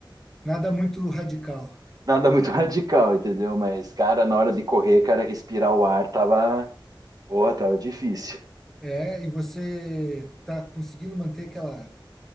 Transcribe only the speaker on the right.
nada muito <laughs> radical, entendeu? Mas, cara, na hora de correr, cara, respirar o ar tava, porra, tava difícil.